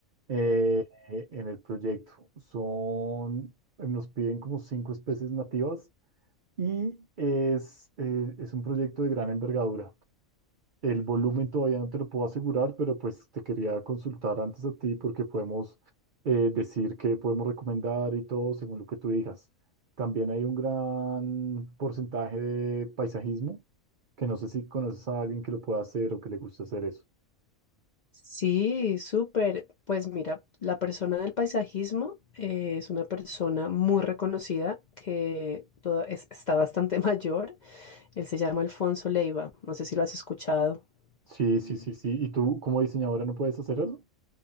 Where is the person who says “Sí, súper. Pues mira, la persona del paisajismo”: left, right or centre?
Left